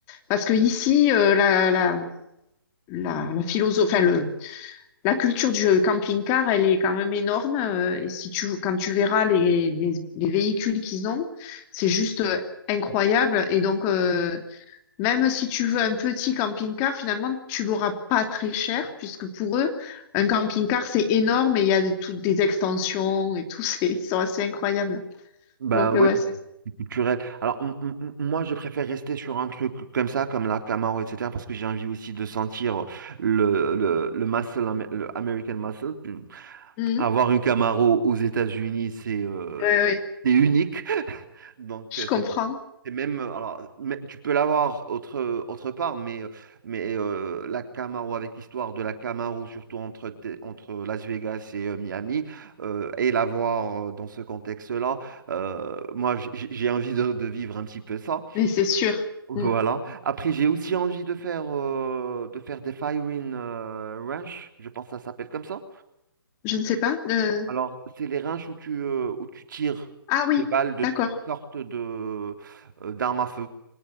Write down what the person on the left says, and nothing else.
Parce que ici, euh, la, la, la, la philosophe, enfin, le, la culture du camping-car, elle est quand même énorme. euh, et si tu, quand tu verras les, les, les véhicules qu'ils ont, c'est juste euh, incroyable. Et donc, euh, même si tu veux un petit camping-car, finalement, tu l'auras pas très cher, puisque pour eux, un camping-car, c'est énorme et il y a des- toutes des extensions et tout, <laughs> c'est, ils sont assez incroyables.
Donc,
euh, ouais, c'est. ça.
Mhm.
Oui, oui,
je
comprends,
mais c'est sûr.
Mm.
Je ne sais pas. euh,
Ah oui,
d'accord,